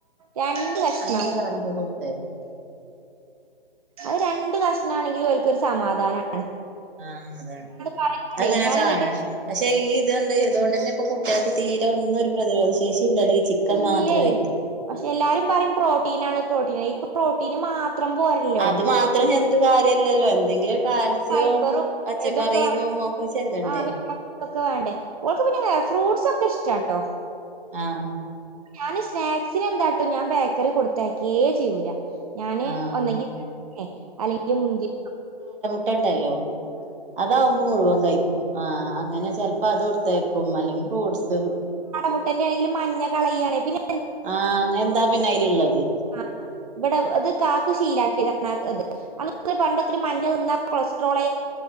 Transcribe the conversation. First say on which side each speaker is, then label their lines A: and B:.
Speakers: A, on the right; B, on the right.
A: രണ്ട് കക്ഷണം
B: അതിന്റെ കറിയൊക്കെ കൊടുത്തേക്കും
A: അത് രണ്ട് കഷ്ണ ആണെങ്കിൽ അവൊരു കൊരു സമാധാനമാണ്.
B: ആഹ അതാണ്
A: പറയുമ്പോഴേ
B: അത്ങ്ങന്നെ
A: ഞാനിങ്ങട്ട്
B: കാണണം പക്ഷെ ഈ ഇതൊണ്ട് ഇതുകൊണ്ട് തന്നെ ഇപ്പൊ.. അക്ക് തീരെ ഒന്നും ഒരു പ്രതിരോധം ശേഷി ഇല്ലല്ലോ ഈ ചിക്കൻ
A: ഇല്ലേ
B: മാത്രമായിട്ട്
A: പക്ഷെ എല്ലാരും പറയും പ്രോട്ടീന ആാണ് പ്രോട്ടീൻ ഇപ്പോ പ്രോട്ടീന് മാത്രം പോരല്ലോ
B: അത് മാത്രം ചെന്നിട്ട് കാര്യല്ലല്ലോ എന്തെങ്കിലും കാൽസ്യവും
A: ഫൈബറും
B: പച്ചക്കറിന്നും
A: ഇതൊക്കെ വേ
B: ഒക്കെ.. ചെല്ലണ്ടേ
A: ആ വിറ്റാമിൻസ് ഒക്കെ വേണ്ടേ ഒൾക് പിന്നെ ഫ്രൂ്സ് ഒക്കെ ഇഷ്ടാട്ടോ.
B: ആഹ
A: ഞാന് സ്നാക്സിന് എന്താട്ടും ഞാൻ ബേക്കറി കൊടുത്താക്കിയേ ചെയ്യൂല. ഞാന്
B: ആഹ്
A: ഒന്നെങ്കിഅല്ലെങ്കിൽ മുന്തി..
B: ഇട്ടണ്ടല്ലോ അതാവുമ്പോൾ മുഴുവൻ കഴിക്കും ആ അങ്ങനെ ചെപ്പോ അത് കൊടുത്തേക്കും അല്ലെങ്കിൽ ഫ്രൂട്ട്സ്.
A: മുട്ടന്റെ ആയാലും മഞ്ഞ കളയുകയാണ് പിന്നെ..
B: ആഹ എന്താ പിന്നെ അതില ഉുള്ളത്
A: ആ ഇവിടെ അത് കാക്ക ഷീല ആക്കിയത് <unintelligible> മഞ്ഞ നിന്ന കൊളസ്ട്രോ